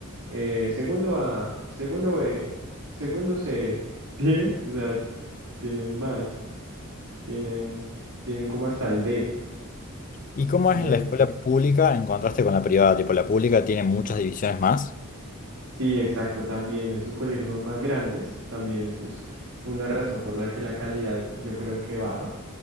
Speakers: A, on the right; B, on the left.
A: eh, segundo A, segundo B, segundo C, <laughs> ¿sí? O sea, tienen más, tienen, tienen como hasta el D,
B: <laughs> ¿Y cómo
A: de,
B: es en la escuela pública en contraste con la privada? Tipo, la pública tiene muchas divisiones más.
A: sí, exacto, también esos colegios son más grandes, también eso es una razón por la que la calidad yo creo que baja,